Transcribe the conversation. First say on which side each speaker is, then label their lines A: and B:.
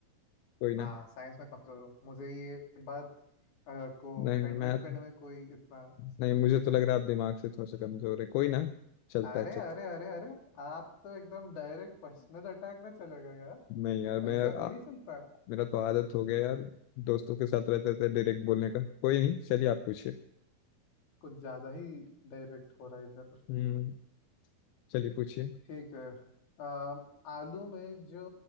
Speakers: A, on the left (about 85°); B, on the left (about 55°).
A: कोई ना
B: हाँ साइंस में कमजोर हूँ मुझे ये बात अ, को
A: नहीं
B: एडमिट
A: मैं तो
B: करने में कोई इतना
A: नहीं मुझे
B: हेजिटेशन
A: तो लग रहा
B: नहीं
A: है आप दिमाग
B: है
A: से थोड़ा सा कमजोर है कोई ना चलता
B: अरे
A: है चलता
B: अरे अरे अरे आप तो एकदम डायरेक्ट पर्सनल अटैक में चले गए यार
A: है। नहीं यार मेरा
B: ऐसा थोड़ी
A: आ,
B: चलता है
A: मेरा तो आदत हो गया यार दोस्तों के साथ रहते थे डायरेक्ट बोलने का कोई नहीं चलिए आप पूछिए
B: कुछ ज्यादा ही डायरेक्ट हो रहा है इधर
A: हम्म चलिए पूछिए
B: ठीक है अम, आलू में जो